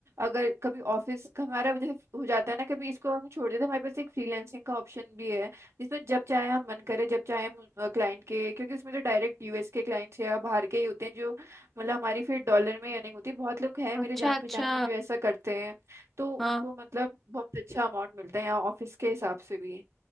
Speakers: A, on the right; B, in the centre.
A: अगर कभी ऑफिस हमारा जैसे हो जाता है ना कभी इसको हम छोड़ देते हैं हमारे पास एक फ्रीलैंसिंग का ऑप्शन भी है जिसमें जब चाहे हम मन करे जब चाहे हम क्लाइंट के क्योंकि उसमें तो डायरेक्ट यूएस के क्लाइंट्स या बाहर के ही होते हैं जो मतलब हमारी फिर डॉलर में अर्निंग होती है बहुत लोग हैं मेरे
B: अच्छा
A: जान
B: अच्छा
A: पहचान में जो ऐसा करते हैं तो उनको
B: हाँ
A: मतलब बहुत अच्छा अमाउंट मिलता है यहाँ ऑफिस के हिसाब से भी